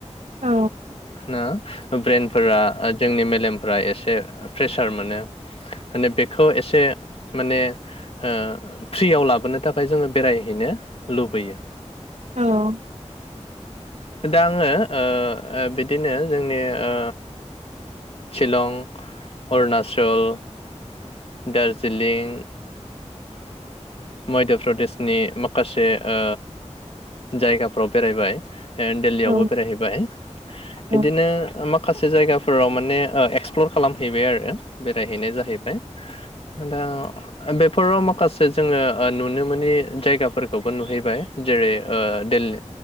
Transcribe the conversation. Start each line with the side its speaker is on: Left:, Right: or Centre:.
Right: औ
Left: ना ब्रेनफोरा जोंनि मेलेम फ्रा एसे प्रेसार मोनो माने बेखौ एसे माने ओ फ्रियाव लाबोनो थाखाय जोङो बेरायहैनो लुबैयो
Right: औ
Left: दा आङो ओ ओ बिदिनो जोंनि ओ सिलं अरुनाचल दार्जिलिं मध्य प्रदेशनि माखासे आ जायगाफ्राव बेरायबाय। दिल्लीयावबो
Right: औ
Left: बेरायहैबाय इदिनो
Right: औ
Left: माखासे जायगाफ फोराव माने एक्सप्लर खालामहैबाय आरो बेरायहैनाय जाहैबाय दा बेफोराव माखासे जोङो नुनो मोनि जायगाफोरखौबो नुहैबाय जेरै ओ दिल्लि